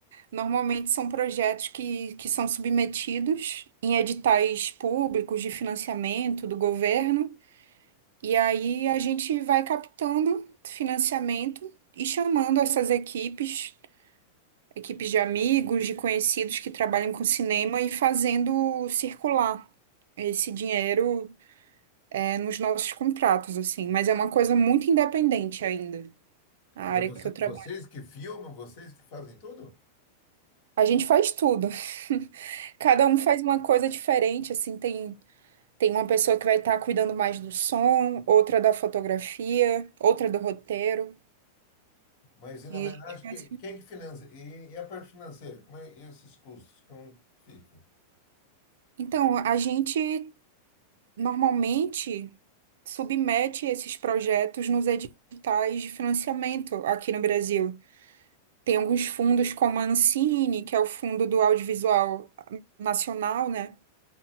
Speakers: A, on the right (about 80°); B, on the left (about 40°).
A: Normalmente são projetos que, que são submetidos em editais públicos de financiamento do governo, e aí a gente vai captando financiamento e chamando essas equipes, equipes de amigos, de conhecidos que trabalham com cinema e fazendo circular esse dinheiro é nos nossos contratos, assim, mas é uma coisa muito independente ainda, a
B: Mas
A: área
B: você-
A: que eu
B: vocês
A: trabalho.
B: que filmam, vocês que fazem tudo?
A: A gente faz tudo. <laughs> Cada um faz uma coisa diferente, assim, tem, tem uma pessoa que vai estar cuidando mais do som, outra da fotografia, outra do roteiro.
B: Mas, e, na
A: E
B: verdade,
A: a gente faz...
B: que- quem que financia? E, e a parte financeira? Como é e esses custos? Como que fica?
A: Então, a gente normalmente submete esses projetos nos editais de financiamento aqui no Brasil. Tem alguns fundos como a Ancine, que é o Fundo do Audiovisual Nacional, né?